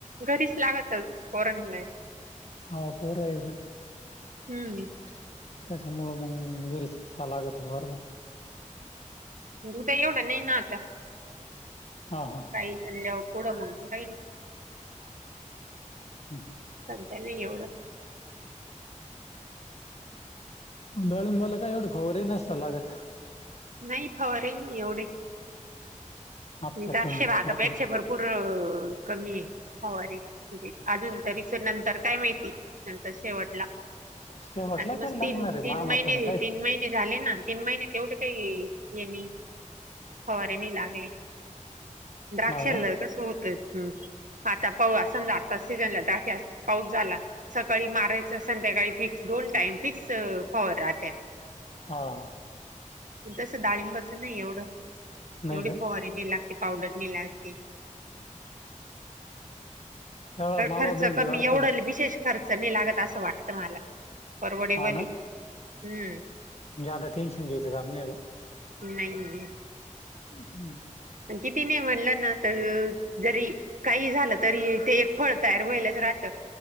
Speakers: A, on the right; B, on the left.
A: घरीच लागतच फॉरन ला
B: हा बर आहे ना
A: हम्म
B: त्याच्यामुळं मग गरीच कसा लागत आहे बरोबर
A: तुता एवढा नाही ना आता
B: हा हा
A: ई तल्याव कड मंगई
B: नक
A: सध्या नाही एवढं
B: डळीबाला काय एवढी खरही नसत लागत
A: नाही फवार आहे म एवढे
B: हप्त्यातून
A: चशे भागापेक्षा
B: एखादा
A: भरपूर कमी आहे हरे अजून तरीच नंतर काय माहिती नंतर शेवटला
B: <inaudible>
A: आता म
B: लागणार
A: तीन
B: आहे मामताना
A: तीन महिने
B: काय
A: तीन महिने झाले ना तीन महिने तेवढे काही येणे होरे नाही लागले द्राक्षला
B: हा का
A: स होत आता पाऊ समजा आता सीझनला दख अस पाऊस झाला सकाळी मारायचं संध्याकाळी फिक्स दोन टाइम फिक्स फ राहत्या
B: हा ह
A: प तसं डाळिंबाच नाही एवढं
B: नाही
A: एवढी
B: का
A: फवारीने लागते ते पावडर नाही लागते
B: सगळा मावा
A: खर्च
B: बेंडी
A: कमी
B: अर्थ
A: एवढाल विशेष खर्च नाही लागत असं वाटतं मला परवडेबल
B: हा ना
A: आहे हम्म
B: जदा टेंशन घसम नाही
A: नाही
B: हम्म
A: किती नाही म्हणलं ना तर जरी काही झालं तरी ते एक फळ तयार व्हायलाच राहत